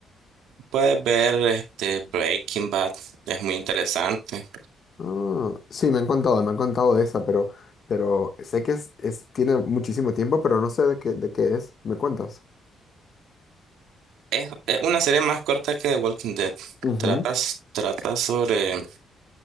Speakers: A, on the right; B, on the left.
A: Puedes ver este Breaking Bad, es muy interesante.
B: Ah, sí, me han contado, me han contado de esa, pero, pero sé que es, es- tiene muchísimo tiempo, pero no sé de qué, de qué es. ¿Me cuentas?
A: Es, es una serie más corta que The Walking Dead.
B: Ujú,
A: Trata, s- trata sobre,